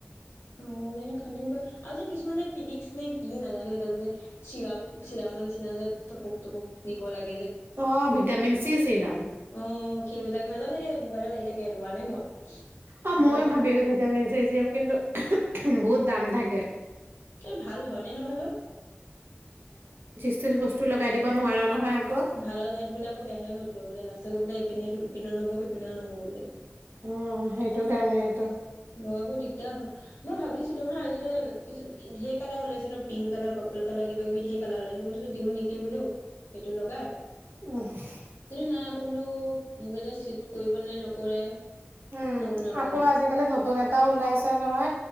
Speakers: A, on the left; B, on the right.
A: অ', তেনে খানিব পাৰ আৰু কিছুমান যে, ফিলিক্স নে কি নাজানো এইডাল যে, চিৰা-চিৰামৰ নিচিনা যে, থপুক পুক দিব লাগ
B: অ', ভিটামিন চি ছিৰাম
A: অ সেইবিলাক নাজানো মোবাইলত আহি থাকে লোৱা নাই মই।
B: অ', মই
A: আকৌ
B: ভাবিছো ভিটামিন চি স্বিৰাপ কিন্তু বহুত দাম থাকে।
A: এই ভাল হয়নে নহয় বা,
B: জীতি বস্তু লগাই দিব নোৱাৰা নহয়। আকৌ।
A: ভালৰ ঠাইত বোলে আকৌ বেয়াহে হ'ল গৈ বোলে লা ষ্টত বোলে ইপিনে ইপিনেও নহব সিপিনেও নহব বোলে।
B: অ' সেইটো কাৰণেইটো।
A: লগাব দিগদাৰ হয় মই ভাবিছিলো হা এইটো যে কিছু ঢেৰ কালাৰ ওলাইছে ন' পিংক কালাৰ, পাৰ্পল কালাৰ কিবা কিবি ঢেৰ কালাৰ ওলাইছে, মই বোলো দিও নেকি বোলো সেইটো লগাই।
B: <unintelligible>
A: কিন্তু নাই আকৌ বোলো মোক এতিয়া চুট কৰিব নাই নকৰে।
B: উম,
A: ন নলগালো
B: আকৌ আজিকালি নতুন এ টাও ওলাইছে নহয়।